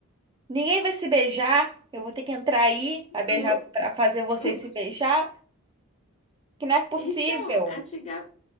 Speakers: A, on the right; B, on the left.
A: ninguém vai se beijar. Eu vou ter que entrar aí para beijar,
B: não,
A: para fazer vocês
B: não.
A: se beijar, que não é possível.
B: Então, antiga,